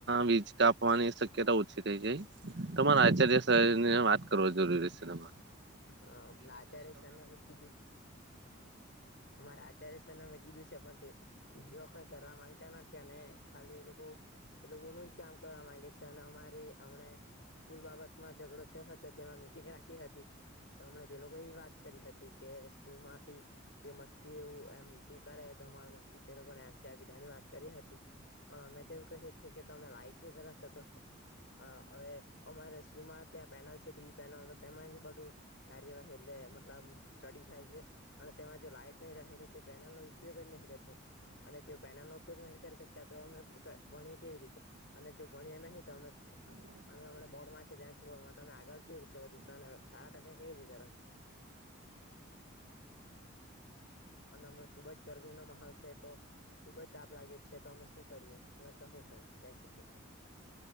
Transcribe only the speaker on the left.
હા પણ આચાર્ય છેને અમે કીધું અમારે આચાર્ય સરને મે કીધું છે પણ તે <unintelligible> કઈ કરવા માંગતા નથી અને ખાલી એ લોકો એ લોકોનું જ કામ કરવા માંગે છે અને અમારી અમણે સ્કૂલ બાબતમાં ઝઘડો થયો હતો તેમાં મીટિંગ રાખી હતી તો અમણે તે લોકો એ વાત કરી હતી કે સ્કૂલ માંથી જે મસ્તી એવું એમ જે કરે ધ ધમાલ મસ્દ એ લોકો એલ સી આપી દેવાની વાત કરી હતી પણ અમે તો એવું કહીએ છીએ કે તમે લાઈટ ની પેલા સગવડ અ અવે અમારે સ્કૂલમાં ત્યાં પેનલ છે ટી વી પેનલ તો તેમાં જ બધું કાર્યવાહી એટલે મતલબ સ્ટડી થાય છે અને તેમાં જો લાઈટ નઈ રહે તો તે પેનલ નો ઉપયોગ જ નહીં <inaudible> અને તેઓ પેનલ નો ઉપયોગ નહીં કરી શકતા તો અમે ભણીએ કેવી રીતે અને જો ભણીએ નહી તો અમે અમે અમણા બોર્ડમાં છે ત્યાં <inaudible> તમે આગળ કે રિતે બધીશો <unintelligible> અને <unintelligible> પખા <unintelligible> ખુબ જ ગરમી ગરમી નો માહોલ છે તો ખુબ જ તાપ લાગે છે તો અમે શું કરીએ તમે કહો કઈ બે શબ્દ